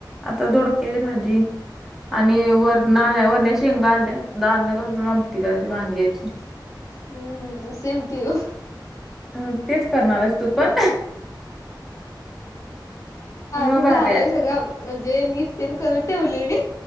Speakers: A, in the centre; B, on the left.
A: आता <inaudible> ोडक्याची भाजी. आणि वरण आण वरण्या शेंगा आणल्या दानण घालून आमटी करायची वांग्याची.
B: हम्म हम समती हो.
A: ह तेच करणारस तू पण. मग
B: ज
A: भारी
B: झालंय
A: आहे.
B: सगळं म्हणजे नीटतेन करून ठेवले म.